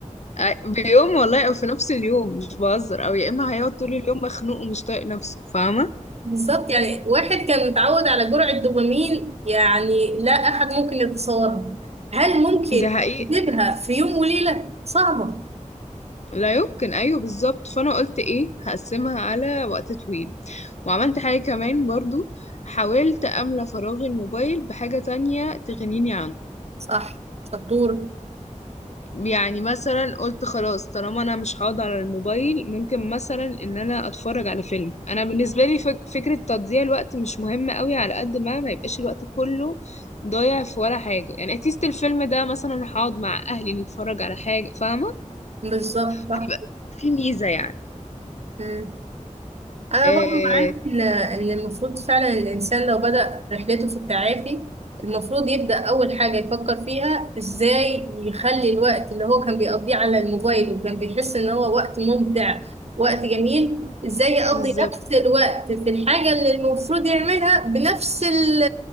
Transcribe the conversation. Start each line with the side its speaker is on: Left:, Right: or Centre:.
Left: آه، بيوم والله او في نفس اليوم مش بهزر او يا اما هيقعد طول اليوم مخنوق ومش طايق نفسه فاهمة
Right: بالظبط يعني واحد كان متعود على جرعة دوبامين يعني لا احد ممكن يتصورها هل ممكن
Left: ده حقيقة
Right: يجيبها في يوم وليلة؟ صعبة
Left: لا يمكن ايوه بالظبط فانا قلت ايه هقسمها على وقت طويل وعملت حاجة كمان برضو حاولت املى فراغ الموبايل بحاجة تانية تغنيني عنه
Right: صح شطورة
Left: يعني مثلا قلت خلاص طالما انا مش هقعد على الموبايل ممكن مثلا ان انا اتفرج على فيلم انا بالنسبه لي فك فكره تضييع الوقت مش مهمه قوي على قد ما ما يبقاش الوقت كله ضايع في ولا حاجه يعني اتليست الفيلم ده مثلا هقعد مع اهلي نتفرج على حاجه فاهمه
Right: بالظبط
Left: هبقى
Right: صح
Left: في ميزه يعني
Right: مم. أنا
Left: آه
Right: برضو معاك إن إن المفروض فعلا الإنسان لو بدأ رحلته في التعافي المفروض يبدأ أول حاجة يفكر فيها إزاي يخلي الوقت اللي هو كان بيقضيه على الموبايل وكان بيحس إن هو وقت ممتع وقت جميل إزاي يقضي
Left: بالظبط
Right: نفس الوقت في الحاجة اللي المفروض يعملها بنفس ال-